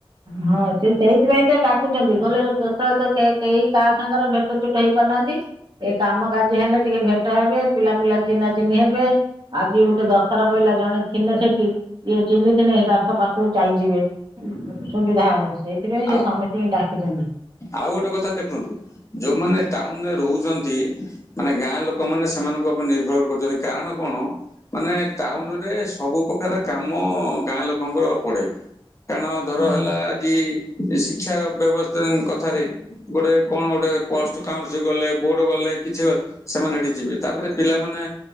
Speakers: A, on the right; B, on the left.
A: ହଁ ସେ ସେଇଥିପାଇଁ ତ ଡାକୁଛନ୍ତି ଗଲେ କେତେବେଳେ ତ କେହି କାହା ସାଙ୍ଗରେ ଭେଟ ଛୋଟ ଛୋଟ ହେଇ ପାରୁନାହାନ୍ତି ଏ କାମ କାର୍ୟ୍ଯ ହେଲେ ଟିକେ ଭେଟ ହେବେ ପିଲା ପିଲା ଚିହ୍ନା ଚିନି ହେବେ ଆଜି ଗୋଟେ ଦରକାର ପହିଲା ଜଣେ ଚିହ୍ନି ଥିଲେ ସେଠି ସିଏ ଚିହ୍ନିଥିଲେ ତାଙ୍କ ପାଖରୁ ଚାଲିଯିବେ ସୁବିଧା ହବ ସେଇଥିପାଇଁ ସେ
B: ଆଉ
A: ସମସ୍ତିଙ୍କି ଡାକିଛନ୍ତି।
B: ଆଉ ଗୋଟେ କଥା ଦେଖନ୍ତୁ ଯୋଉମାନେ ଟାଉନ ରେ ରହୁଛନ୍ତି ମାନେ ଗାଁ ଲୋକ ମାନ ସେମାନଙ୍କ ଉପରେ ନିର୍ଭର କରୁଛନ୍ତି କାରଣ କଣ ମାନେ ଟାଉନ ରେ ସବୁ ପ୍ରକାର କାମ ଗାଁ ଲୋକଙ୍କର ପଡେ କାରଣ ଧର
A: ଆଜ୍ଞା
B: ହେଲା ଆଜି ଶିକ୍ଷା ବ୍ୟବସ୍ଥା କଥାରେ ଗୋଟେ କଣ ଗୋଟେ ପ୍ଲସ ଟୁ କାଉ ଗଲେ ବୋର୍ଡ ଗଲେ କିଛି ଗଲେ ସେମାନେ ସେଠି ଯିବେ ତାପରେ ପିଲାମାନେ